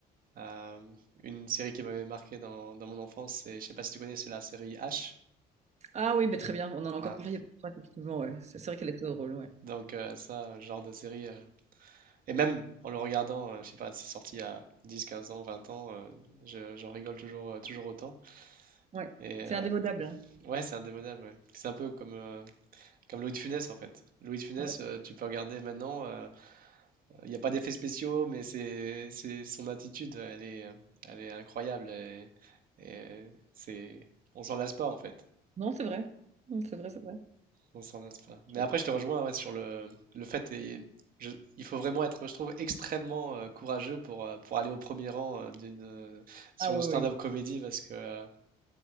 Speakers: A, on the right; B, on the right.
A: Euh, une série qui m'avait marqué dans, dans mon enfance, c'est, je sais pas si tu connais, c'est la série H.
B: Ah oui, mais très bien. On en a encore
A: Ah,
B: parlé il y a pas longtemps, effectivement. Ouais. C'est c'est vrai qu'elle est très drôle, ouais.
A: donc euh, ça, genre de série. euh, Et même en le regardant, euh, je sais pas, c'est sorti il y a 10, 15 ans, 20 ans, euh, je- j'en rigole toujours, euh, toujours autant.
B: Ouais.
A: Et euh,
B: C'est indémodable, hein.
A: ouais, c'est indémodable, ouais. C'est un peu comme, euh, comme Louis de Funès en fait. Louis de Funès,
B: Ouais.
A: euh, tu peux regarder maintenant, euh, il n'y a pas d'effets spéciaux, mais c'est, c'est son attitude, elle est, euh, elle est incroyable. Et, et c'est, on s'en lasse pas en fait.
B: Non, c'est vrai. Non, c'est vrai, c'est vrai.
A: On s'en lasse pas. Mais
B: Ouais.
A: après, je te rejoins ouais, sur le, le fait, et je- il faut vraiment être, je trouve, extrêmement euh, courageux pour, euh, pour aller au premier rang euh, d'une, euh, sur
B: Ah oui,
A: une stand-up
B: oui.
A: comédie parce que euh,